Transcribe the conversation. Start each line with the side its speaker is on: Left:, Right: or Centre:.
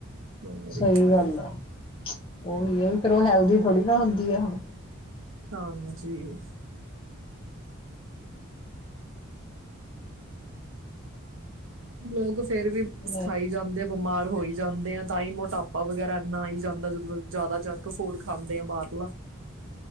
Right: ਹੋਰ
Left: ਸਹੀ
Right: ਕੀ
Left: ਗੱਲ ਆ, ਓ, ਵੀ ਫੇਰ, ਉਹ ਹੈਲਦੀ ਥੋੜ੍ਹੀ ਨਾ ਹੁੰਦੀ ਹੈ ਹੁਣ
Right: ਹਾਂਜੀ। ਲੋਗ ਫੇਰ ਵੀ ਬਸ
Left: ਲੈ
Right: ਖਾਈ ਜਾਂਦੇ, ਬਿਮਾਰ ਹੋਈ ਜਾਂਦੇ ਆ ਤਾਂ, ਹੀ ਮੋਟਾ ਪਾ ਵਗ਼ੈਰਾ ਇੰਨਾ ਆਈ ਜਾਂਦਾ, ਜਦੋਂ ਜ਼ਿਆਦਾ ਜੰਕ ਫੂਡ ਖਾਂਦੇ ਆ ਬਾਹਰਲਾ।